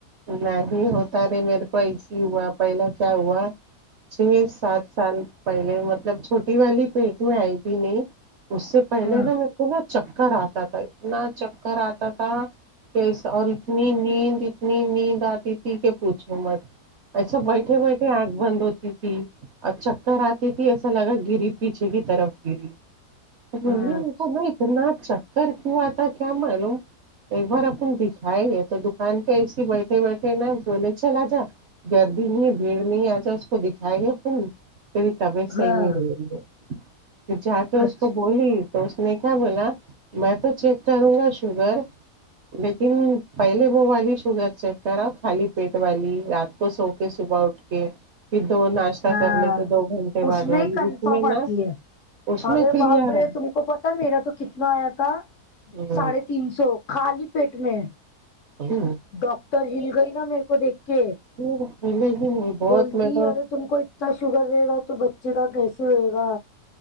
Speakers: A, on the right (about 60°); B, on the left (about 60°).
A: نہیں ہوتا رے میرے کو ایسے ہی ہوا پہلا کیا ہوا چھ سات سال پہلے مطلب چھوٹی والی پیٹ میں آئی تھی نہیں اس سے پہلے
B: ہاں
A: نا میرے کو نا چکر آتا تھا اتنا چکر آتا تھا کہ اس اور اتنی نیند اتنی نیند آتی تھی کہ پوچھو مت ایسا بیٹھے بیٹھے آنکھ بند ہوتی تھی اور چکر آتی تھی ایسا لگا گری پیچھے کی طرف گری نہیں
B: ہاں اچھا
A: ایسا نہیں اتنا چکر کیوں آتا کیا معلوم ایک بار اپن دیکھیے یے تو دکان تو ایسی بیٹھے بیٹھے نا بولے چلا جا گردی نہیں ہے بھیڑ نہیں آجا اس کو دکھائے گے اپن میری طبیعت صحیح
B: ہاں
A: نہیں رہ رہی ہے پھر جا کے اس
B: اچھا
A: کو بولی تو اس نے کیا بولا میں تو چیک کروں گا شوگر لیکن پہلے وہ والی شگر چیک کرا خالی پیٹ والی رات کو سو کے صبح اٹ کے پھر دو ناچ
B: ہاں
A: کرنے کے دو گھنٹے
B: اس
A: بعد
B: میں
A: والی
B: کنفرم
A: اس میں نا
B: آتی ہے
A: اس میں
B: ارے
A: کلیئر
B: باپ
A: ہے
B: رے تم کو پتا میرا تو کتنا آیا تھا
A: ہ
B: ساڑھے تین سو خالی پیٹ میں
A: ہلو
B: ڈاکٹر ہل گئی نا میرے کو دیکھ کے
A: پھر ملے گی نہیں بہت
B: بولتی
A: میں تو
B: ارے تم کو اتنا شوگر رہے گا تو بچے کا کیسے ہوئے گا